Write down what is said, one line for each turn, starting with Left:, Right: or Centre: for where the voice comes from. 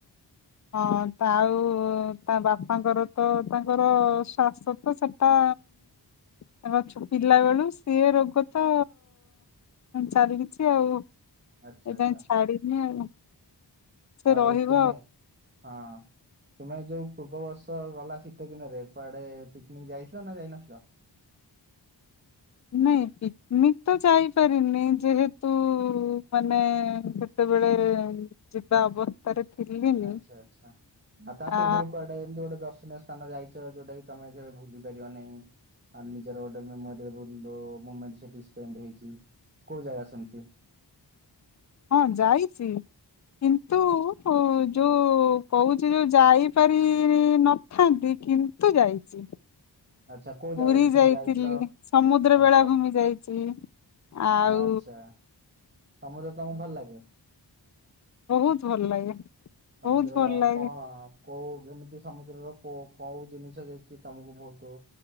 Left: ହଁ ତାଉ ତା ବାପାଙ୍କର ତ ତାଙ୍କର ଶ୍ଵାସ ତ ସେ ତ ତକ ଛୁ ପିଲା ବେଳୁ ସିଏ ରୋଗ ତ ଚାଲିଛି ଆଉ। ଏ
Right: ଆଚ୍ଛା ଆଚ୍ଛା
Left: ଯାଇଁ ଛଡ଼ିନି ଆଉ। ସେ
Right: ଆଉ
Left: ରହିବ
Right: ତୁମେ ହଁ। ତୁମେ ଯୋଉ ପୂର୍ବ ବର୍ଷ ଗଲା ଶୀତ ଦିନରେ କୁଆଡେ ପିକନିକ ଯାଇଥିଲ ନା ଯାଇନଥିଲ। <inaudible>
Left: ନାଇଁ ପିକ୍ ନିକ୍ ତ ଯାଇପାରିନି ଯେହେତୁ ମାନେ ତେବେଳେ ଯିବା ଅବସ୍ଥାରେ ଥିଲିନି
Right: ଆଚ୍ଛା ଆଚ୍ଛା ଆଉ ତା
Left: ଆ
Right: ପୂର୍ବରୁ କୁଆଡେ଼ ଗୋଟେ ଏମିତି ଗୋଟେ ଦର୍ଶନୀୟ ସ୍ଥାନ ଯାଇଛ ଯୋଉଟା କି ତମେ କେବେ ଭୁଲି ପାରିବ ନାହିଁ? ଆ ନିଜର ଗୋଟେ ମେମୋରିଏବଲ ମୁମେଣ୍ଟ ସେଠି ସ୍ପେଣ୍ଡ ହେଇଚି କୋଉ ଜାଗା ସେମତି
Left: ହଁ ଯାଇଚି କିନ୍ତୁ ଯୋଉ କହୁଚି ଯୋଉ ଯାଇପାରି ନ ଥାନ୍ତି କିନ୍ତୁ ଯାଇଚି।
Right: ଆଚ୍ଛା କୋଉ ଜାଗାକୁ
Left: ପୁରୀ
Right: ସେମିତି
Left: ଯାଇଥିଲି
Right: ଯାଇଥିଲ
Left: ସମୁଦ୍ର
Right: ଆଚ୍ଛା
Left: ବେଳା ଭୂମି ଯାଇଚି। ଆଉ
Right: ଆଚ୍ଛା। ସମୁଦ୍ର ତମକୁ ଭଲ ଲାଗେ?
Left: ବହୁତ୍ ଭଲ୍ ଲାଗେ।
Right: ସମୁଦ୍ରର
Left: ବହୁତ ଭଲ ଲାଗେ
Right: କଣ କୋଉ ଯେମିତି ସମୁଦ୍ରର କୋ କୋଉ ଜିନିଷ ଜେତିକି ତମକୁ ବହୁତୁ